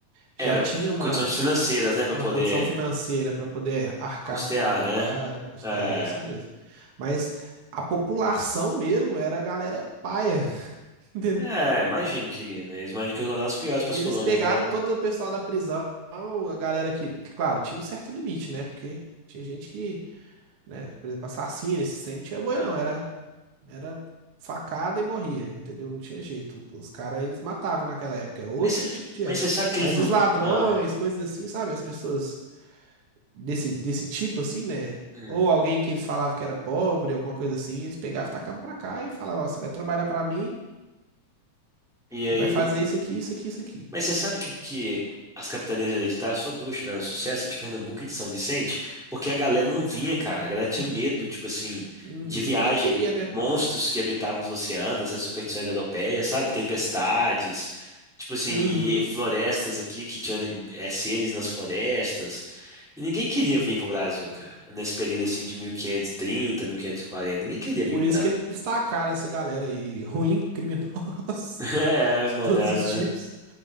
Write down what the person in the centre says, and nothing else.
É,
condições financeiras, né, para
poder
custear,
né?
É,
é, imagino que, né, eles imaginam que é uma das piores para
as colônias,
né?
Ah,
mas,
mas
você sabe que eles
não.
Ah,
hum,
e aí?
Mas você sabe que, que as capitanias hereditárias só duas tiveram sucesso, de Pernambuco e de São Vicente, porque a galera não vinha, cara. A galera tinha medo, tipo assim,
de viagem.
Monstros que habitavam os oceanos, as superstições europeias, sabe? Tempestades, tipo assim,
e florestas aqui que tinham é, seres nas florestas. E ninguém queria vir pro Brasil, cara. Nesse período assim de 1530, 1540, ninguém queria vir
pro
Brasil.
<laughs> É,
mandaram,
né?